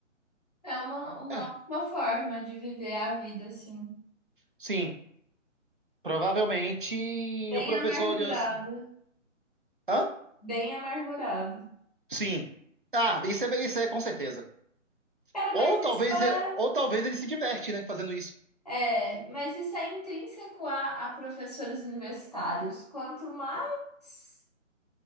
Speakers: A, on the left (about 30°); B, on the right (about 45°).
A: É uma, uma
B: É,
A: ótima forma de viver a vida, assim.
B: sim. Provavelmente
A: Bem
B: o professor
A: amargurado,
B: olhou assim. Hã?
A: bem amargurado.
B: Sim. Ah, isso é, isso é com certeza.
A: Cara,
B: Ou
A: mas isso
B: talvez,
A: é,
B: ou talvez ele se diverte, né, fazendo isso.
A: é, mas isso é intrínseco a, a professores universitários. Quanto mais,